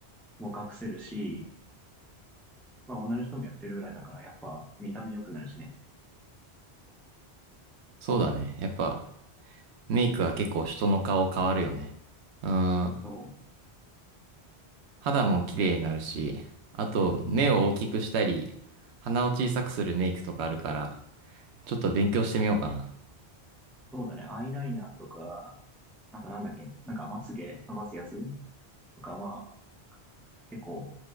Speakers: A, in the centre; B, on the right (about 75°).
A: も隠せるし、まあ、女の人もやってるぐらいだから、やっぱ見た目良くなるしね。
B: そうだね。やっぱ、メイクは結構人の顔変わるよね。うーん、
A: そう、
B: 肌も綺麗になるし、あと目を大きくしたり、鼻を小さくするメイクとかあるから、ちょっと勉強してみようかな。
A: そうだね。アイライナーとか、あとなんだっけ、なんかまつげ伸ばすやつとか、まあ、結構